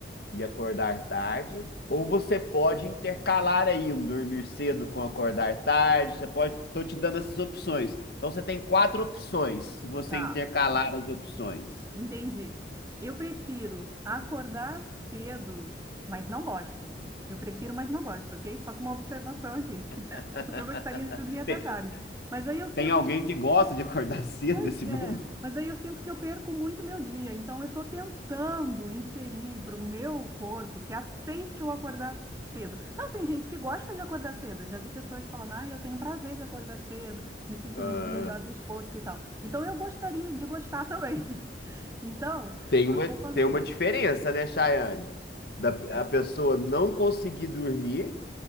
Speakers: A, on the left; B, on the right.
A: e acordar tarde, ou você pode intercalar aí um dormir cedo com acordar tarde, você pode, tô te dando essas opções. Então você tem quatro opções, se você
B: tá.
A: intercalar as opções.
B: Entendi. Eu prefiro acordar cedo, mas não gosto. Eu prefiro, mas não gosto, ok? Só com uma observação aqui. <laughs>
A: <laughs>
B: Porque eu gostaria de dormir até
A: Tem,
B: tarde. Mas aí eu sinto,
A: tem alguém que gosta de acordar <laughs> cedo
B: pois
A: desse mundo?
B: é, mas aí eu sinto que eu perco muito meu dia. Então eu estou tentando inserir para o meu corpo que aceite o acordar cedo. Não, tem gente que gosta de acordar cedo. Eu já vi pessoas falando, ah, eu tenho prazer de acordar cedo, me sinto
A: Ah,
B: melhor disposto e tal. Então eu gostaria de gostar também. <laughs> Então,
A: tem
B: eu
A: uma,
B: vou manter.
A: tem uma diferença, né, Chayane? Da,
B: É,
A: a pessoa não conseguir dormir